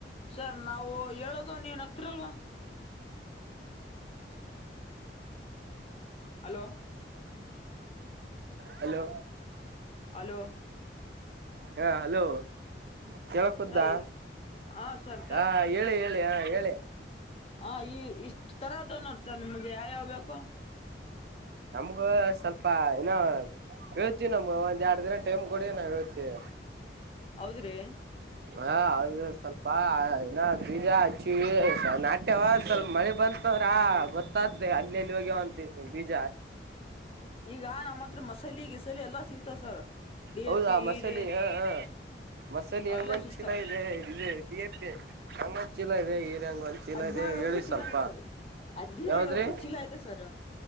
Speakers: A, on the left; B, on the right.
A: ಸರ್ ನಾವು ಹೇಳದು ನೀನ್ ಹತ್ರರಲ್ವಾ <inaudible> ಹಲೋ
B: ಹಲೋ
A: ಹಲೋ
B: ಹಾ ಹಲೋ ಕೇಳಕ್ದ್ದಾ
A: ಸರ್ ಹಾ ಸರ್
B: ಹಾ ಹೇಳಿ ಹೇಳಿ ಹ ಹೇಳಿ
A: ಹ ಈ ಇಷ್ಟ್ ತರ ಅದ ನೋಡಿ ಸರ್ ನಿಮಗೆ ಯಾವ್ಯಾವ್ ಬು
B: ನ ಸ್ವಲ್ಪ ಇನ್ನ ಹೇಳ್ತಿವಿ ನಮ ಒಂದ್ ಎರಡ್ ದಿನ ಟೈಮ್ ಕೊಡಿ ನಾವ್ ಹೇಳ್ತಿವಿ
A: ಹೌದ್ರಿ
B: ಹ ಅ ಸ್ವಲ್ಪ ಏನ ಬೀಜ ಹಚ್ಚಿ ನಾಟ್ಯವ ಸ್ವಲ್ಪ ಮಳೆ ಬಂತ ರ ಗೊತ್ತಾದ್ದೆ ಅಲ್ಲಿಲ್ಲಿ ಹೋಗ್ಯವಂತ ಬಿಜ
A: ಈಗ ನಮ್ಮ ಹತ್ರ ಮಸಾಲ ಗಿಸಲಿ ಎಲ್ಲಾ ಸಿಗ್ತಾವ ಸರ್ ಡಿ
B: ಹೌದಾ
A: ಎ ಪಿ ಹೀರೆ
B: ಮಸಾಲೆ ಹ ಹಾ ಮಸಾಲೆ
A: ಅವೆಲ್ಲ
B: ಹೆಂಗೊಂದ್
A: ಸಿಗ್ತಾವ್
B: ಚೀಲ ಇದೆ ಇದೆ ಡಿ ಎ ಪಿ ಹಂಗೊಂದ್ ಚೀಲ ಇದೆ ಹಂಗ ಒಂದ ಚೀಲ
A: ಹದಿನೇಳ್ನೂರು
B: ಇದೆ ಹೇಳಿ
A: ರೂಪಾಯಿ ಚೀಲ
B: ಸ್ವಲ್ಪ
A: ಇದೆ ಸರ್ ಹದಿನೇಳ್ನೂರು
B: ಯಾವದ್ರಿ
A: ರೂಪಾಯಿ ಚೀಲ ಇದೆ ಸರ್